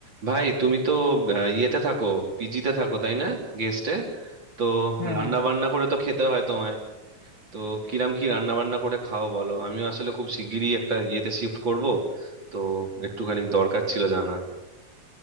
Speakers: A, on the right; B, on the left.
A: ভাই তুমি তো আহ, ইয়েতে থাকো পিজিতে থাকো তাই না গেস্টে তো
B: হ্যাঁ
A: রান্না
B: হ্যাঁ হ্যাঁ
A: বান্না করে তো খেতে হয় তোমায় তো কিরাম কি রান্না বান্না করে খাও বলো আমিও আসলে খুব শিগগিরই একটা ইয়েতে শিফট করব তো একটুখানি দরকার ছিল জানা